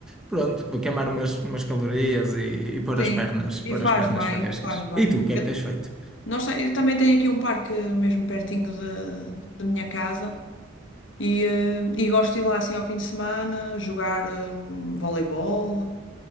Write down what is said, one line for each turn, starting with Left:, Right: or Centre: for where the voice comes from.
Centre: pronto, vou queimar umas, umas calorias e, e pôr
Left: Sim,
Centre: as pernas, pôr
Left: e faz
Centre: as pernas
Left: bem,
Centre: frescas.
Left: faz bem.
Centre: E tu, o que
Left: Eu,
Centre: é que tens feito?
Left: nós, te- eu também tenho aqui um parque mesmo pertinho da da minha casa e, eh, e gosto de ir lá assim ao fim de semana jogar eh, voleibol.